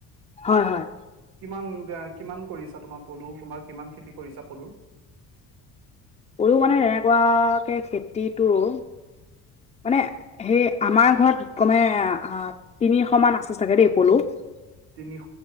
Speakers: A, on the left; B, on the right.
A: হয়-হয়।
B: কিমান-কিমান কৰিছা তোমাৰ পলু, তোমাৰ কিমান খেতি কৰিছা পলুৰ? <inaudible>
A: পলু মানে তেনেকুৱাকে খেতিটো <inaudible> মানে সেই আমাৰ ঘৰত কমে আহ তিনিশমান আছে চাগে দেই পলু <unintelligible>
B: তিনিশ